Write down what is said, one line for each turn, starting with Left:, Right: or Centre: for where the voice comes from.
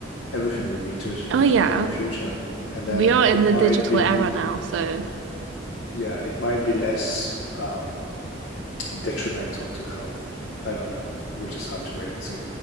Left: Everything will be totally
Right: Oh
Left: different
Right: yeah,
Left: in the future. And then
Right: we are in
Left: it
Right: the
Left: might
Right: digital
Left: be,
Right: era now, so
Left: yeah, it might be less um, detrimental to health. I don't know. We'll just have to wait and see.